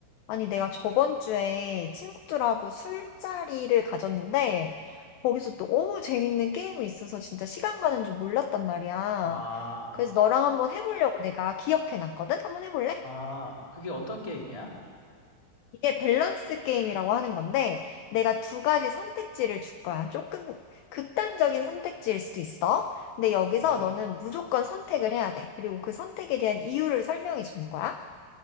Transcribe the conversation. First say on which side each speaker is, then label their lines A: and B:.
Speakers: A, on the left; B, on the left.
A: 아니, 내가 저번 주에 친구들하고 술자리를 가졌는데, 거기서 또 너무 재밌는 게임이 있어서 진짜 시간 가는 줄 몰랐단 말이야.
B: 아,
A: 그래서 너랑 한번 해보려고 내가 기억해놨거든? 한번 해볼래?
B: 아, 그게 어떤 게임이야?
A: 이게 밸런스 게임이라고 하는 건데, 내가 두 가지 선택지를 줄 거야. 조금 극단적인 선택지일 수도 있어. 근데 여기서
B: 음,
A: 너는 무조건 선택을 해야 돼. 그리고 그 선택에 대한 이유를 설명해 주는 거야.